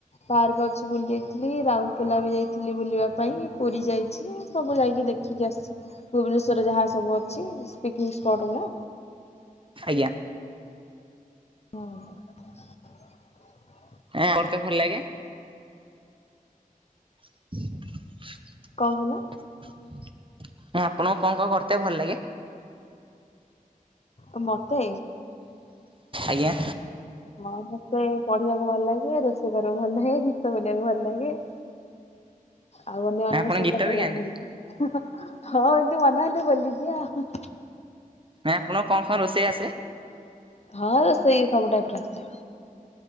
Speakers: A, on the left (about 50°); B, on the right (about 35°).
A: ପାର୍କ ଅଛି ବୁଲି ଯାଇଥିଲି। ରାଉରକେଲା ବି ଯାଇଥିଲି ବୁଲିବା ପାଇଁ ପୁରୀ ଯାଇଚି। ସବୁ ଯାଇକି ଦେଖିକି ଆସିଚି ଭୁବନେଶ୍ୱରରେ ଯାହା ସବୁ ଅଛି ପିକ୍ନିକ୍ ସ୍ପଟ୍ ଗୁଡ଼ା।
B: ଆଜ୍ଞା।
A: ହଁ।
B: ଏଁ ଆପରତ ଭଲ ଲାଗେ। <inaudible> ହଁ
A: କଣ କହିଲ
B: ଆପଣଙ୍କୁ କଣ କଣ କରିତେ ଭଲ ଲାଗେ?
A: ଅ ମତେ?
B: ଆଜ୍ଞା।
A: ହଁ ମତେ ପଢିବାକୁ ଭଲଲାଗେ, ରୋଷେଇ କରିବାକୁ ଭଲଲାଗେ, ଗୀତ ବୋଲିବାକୁ ଭଲଲାଗେ। ଆଉ ଅନ୍ୟମାନଙ୍କ
B: ନା ଆପଣ
A: ସେବା
B: ଗୀତ
A: କରିବାକୁ
B: ବି ଗାଆନ୍ତି?
A: ଭଲ୍ ହଁ ଏମିତି ମନ ହେଲେ ବୋଲିଦିଏ ଆଉ।
B: ନାଇଁ ଆପଣଙ୍କୁ କଁ କଣ ରୋଷେଇ ଆସେ?
A: ହଁ ରୋଷେଇ ସବୁ ଟାଇପ୍ ର ଆସେ।